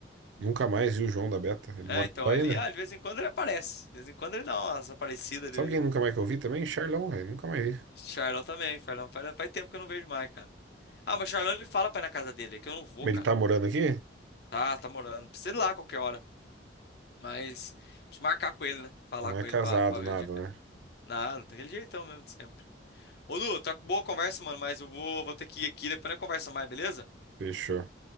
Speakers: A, on the right (about 75°); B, on the left (about 55°).
A: Nunca mais vi o João da Beta. Ele
B: É,
A: mora
B: então,
A: lá
B: ele,
A: ainda.
B: ah, de vez em quando ele aparece. De vez em quando ele dá umas aparecidas.
A: Sabe
B: Ele...
A: quem nunca mais que eu vi também? Charlão, velho. Nunca mais vi.
B: Charlão também, Charlão. Faz, faz tempo que eu não vejo mais, cara. Ah, mas Charlão ele fala pra ir na casa dele, é que eu não vou,
A: Ele
B: cara.
A: tá morando aqui?
B: Tá, tá morando. Precisa ir lá a qualquer hora. Mas, preciso marcar com ele, né? Falar
A: Não
B: com
A: é casado,
B: ele pra, pra ver
A: nada,
B: um dia que ele.
A: né?
B: Nada, daquele jeitão mesmo de sempre. Ô, Lu, tá boa a conversa, mano, mas eu vou, vou ter que ir aqui, depois a gente conversa mais, beleza?
A: Fechou.